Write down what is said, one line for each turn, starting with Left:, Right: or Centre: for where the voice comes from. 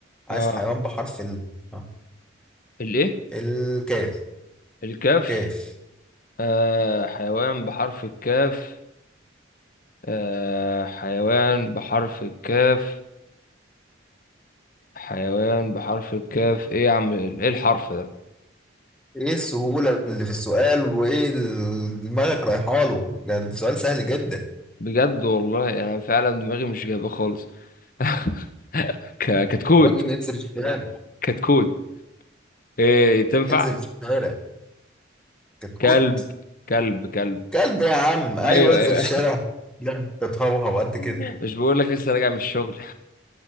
Centre: عايز
Left: اه
Centre: حيوان بحرف ال آه،
Left: الايه
Centre: الكاف
Left: الكاف
Centre: كاف
Left: آه حيوان بحرف الكاف آه حيوان بحرف الكاف حيوان بحرف الكاف ايه يا عم ايه الحرف ده
Centre: ايه السهولة اللي في السؤال وايه ال- دماغك رايحة له ده السؤال سهل جدا
Left: بجد والله انا فعلا دماغي مش جايبه خالص <laughs> ك- كتكوت
Centre: يا راجل انزل الشارع
Left: كتكوت ايه تنفع
Centre: انزل الشارع كتكوت
Left: كلب كلب كلب
Centre: كلب يا عم ايوه
Left: ايوه
Centre: انزل
Left: ايوه
Centre: الشارع بتهوهو قد كده
Left: <laughs> مش بقول لك لسه راجع من الشغل